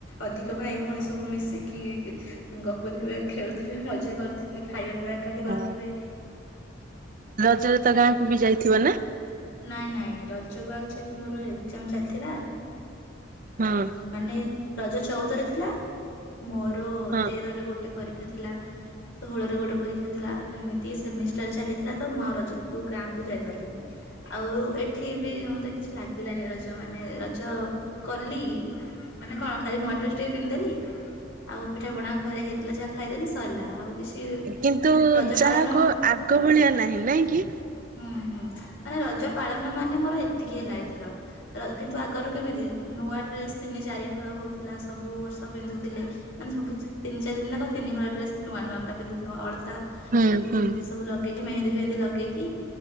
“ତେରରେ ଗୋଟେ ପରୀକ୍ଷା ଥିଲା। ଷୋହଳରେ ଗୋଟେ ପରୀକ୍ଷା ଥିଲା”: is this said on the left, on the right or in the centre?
Left